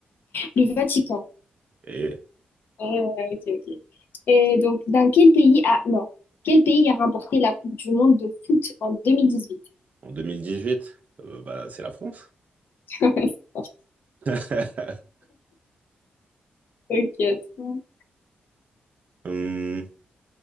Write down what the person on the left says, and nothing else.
Le Vatican.
Ouais, ouais, ok, ok. Et donc, dans quel pays a... Non. Quel pays a remporté la Coupe du monde de foot en deux mille dix-huit
<laughs>
Ok, attends.